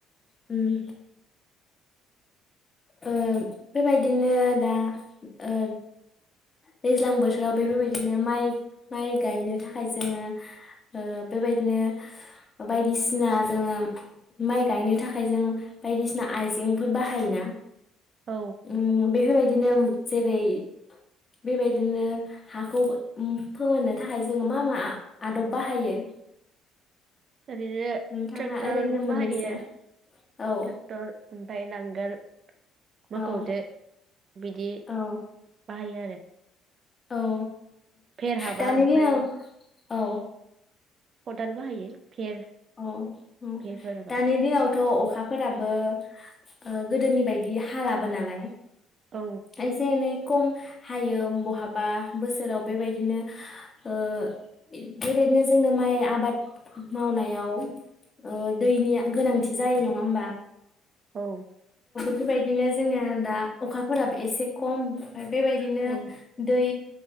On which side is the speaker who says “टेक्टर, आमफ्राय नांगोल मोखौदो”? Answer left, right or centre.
Right